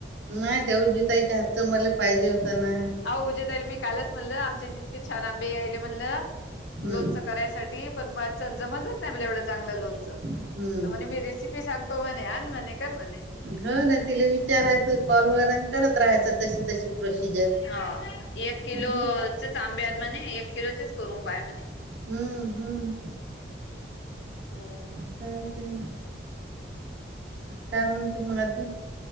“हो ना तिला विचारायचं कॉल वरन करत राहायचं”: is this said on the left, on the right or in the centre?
Right